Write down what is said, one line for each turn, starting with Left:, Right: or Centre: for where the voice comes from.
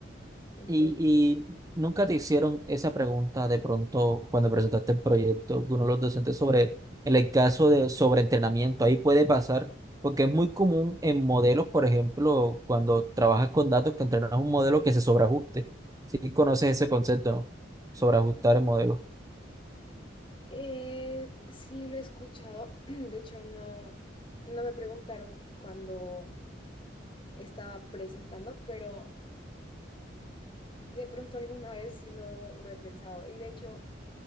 Left: Entonces,
Right: ¿Y, y nunca te hicieron esa pregunta de pronto cuando presentaste el proyecto de uno de los docentes sobre en el caso de sobreentrenamiento? Ahí puede pasar, porque es muy común en modelos, por ejemplo, cuando trabajas con datos, que entrenas un modelo que se sobreajuste. Si conoces ese concepto, ¿no? Sobreajustar el modelo.
Left: eh, sí lo he escuchado. <clears throat> De hecho, no, no me preguntaron cuando estaba presentando, pero de pronto alguna vez sí lo, lo he pensado. Y de hecho,